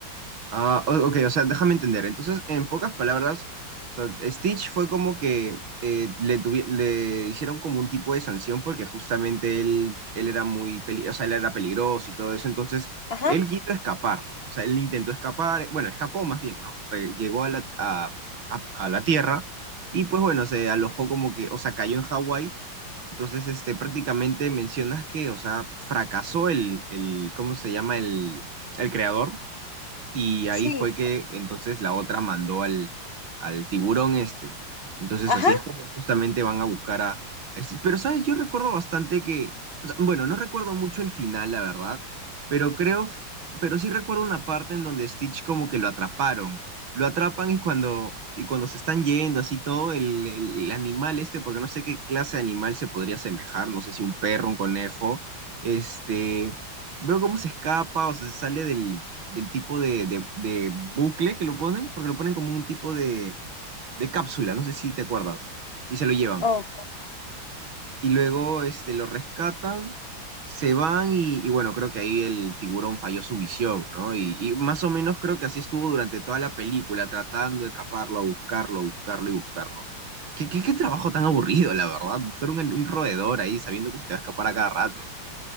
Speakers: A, on the right; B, on the left.
A: Ah, o- ok, o sea, déjame entender. Entonces, en pocas palabras, o sea, Stitch fue como que eh, le, tuvi- le hicieron como un tipo de sanción porque justamente él, él era muy peli- o sea, él era peligroso y todo eso. Entonces,
B: Ajá,
A: él quiso escapar, ¿no? O sea, él intentó escapar, eh, bueno, escapó más bien, ¿no? Re- llegó a la, a, a- a la Tierra y pues bueno, se alojó como que, o sea, cayó en Hawái. Entonces, este, prácticamente mencionas que, o sea, fracasó el, el, ¿cómo se llama? El, el creador y ahí
B: sí,
A: fue que entonces la otra mandó al, al tiburón este. Entonces
B: ajá,
A: así es como justamente van a buscar a, a este- Pero, ¿sabes? Yo recuerdo bastante que... o sea, bueno, no recuerdo mucho el final, la verdad, pero creo... f- Pero sí recuerdo una parte en donde Stitch como que lo atraparon. Lo atrapan y cuando, y cuando se están yendo, así todo, el, el el animal este, porque no sé qué clase de animal se podría asemejar, no sé si un perro, un conejo, este... Veo cómo se escapa, o sea, se sale del del tipo de, de- de bucle que lo ponen, porque lo ponen como un tipo de, de cápsula, no sé si te acuerdas, y se lo llevan.
B: oh,
A: Y luego este, lo rescatan, se van y, y bueno, creo que ahí el tiburón falló su misión, ¿no? Y, y más o menos creo que así estuvo durante toda la película, tratando de atraparlo, buscarlo, buscarlo y buscarlo. ¿Qué, qué, qué trabajo tan aburrido, la verdad? Buscar un, un roedor ahí sabiendo que se te va a escapar a cada rato